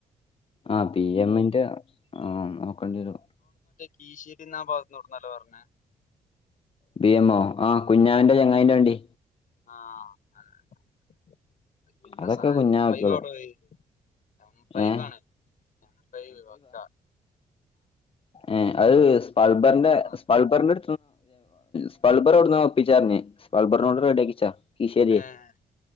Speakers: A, on the left; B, on the left.
A: ആ പി എമ്മിന്റെ ആ കൊണ്ടിരും
B: കീശ്ശേരിന്നാ ഭാഗത്ത്ന്നവ്ട്ന്നോന്നല്ലോ പറഞ്ഞേ
A: ബി എമ്മോ ആഹ് കുഞ്ഞാന്റെ ചങ്ങായ്ന്റെ വണ്ടി
B: ആഹ് ക്ക സനം
A: അതൊക്കെ കുഞ്ഞാക്കിയോളും
B: <unintelligible> എം ഫൈവ്
A: ഏ
B: ആണ് എം ഫൈവ് വക്ക
A: ഏ അത് സ്പൾബറിന്റെ
B: ഏഹ്
A: സ്പൾബറി സ്പൾബറെവ്ട്ന്നോ ഒപ്പിച്ചാർഞ്ഞു സ്പൾബറിനോട് റെഡിയാക്കിച്ചാ കീശേരിയെ
B: ആഹ്